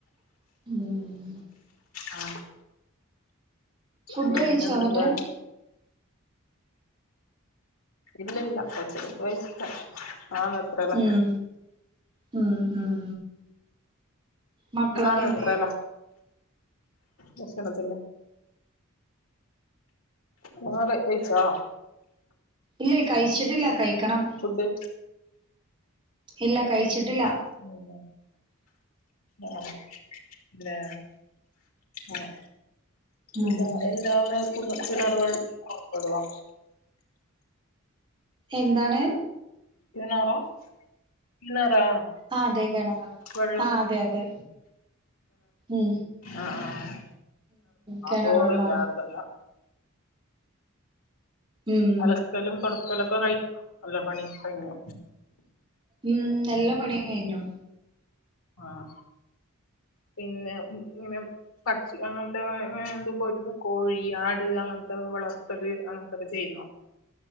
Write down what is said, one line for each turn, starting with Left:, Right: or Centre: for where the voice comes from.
Right: ഉം
Left: ആ
Right: ഫുഡ്
Left: പിന്നെന്താ
Right: കഴിച്ചോ എന്നിട്ട്
Left: വേറെ ഇല്ലല്ല ഉച്ചക്കക്ക് <unintelligible> ആ അത്രെലാ
Right: ഉം ഉം ഉം മക്കളൊക്കെ
Left: മാൻ
Right: എന്തിയെ
Left: എത്രേലാ ഭക്ഷണത്തിന്റെ ങ്ങൾ കഴി കഴിച്ചേ
Right: ഇല്ലേ കഴിച്ചിട്ടില്ല കഴിക്കണം
Left: ഫുഡ്
Right: ഇല്ല കഴിച്ചിട്ടില്ല
Left: അത ആഹ ല്ലേ ആഹ
Right: ഉം
Left: ഇതാ എന്താ അവിടെ കിണ കിണർവള്ള പൈപ്ള്ള
Right: എന്താണ്
Left: കിണറോ കിണറാ
Right: ആ അതെ കാണാറാ
Left: വെള്ളം
Right: ആഹ അതെ അതെ ഉ
Left: ആഹ
Right: കിണർ
Left: ബബൂര്ല്ല
Right: വെള്ളം
Left: യർദല്ല <unintelligible>
Right: ഉം
Left: അലക്കലും തേടക്കലൊക്കെ കഴിക് എല്ല പണി കഴിഞ്ഞേ
Right: ഉം എല്ല പണി കഴിഞ്ഞു
Left: ആഹ പിന്നെ ഇങ്ങനെ പക്ഷി അങ്ങനത്തെങ്ങന എന് പോയിരുന് <unintelligible> കോഴി ആട് അങ്ങനത്തെ വളർത്തല് അങ്ങനത്തെൊക്കെ ചെയ്യുന്നോ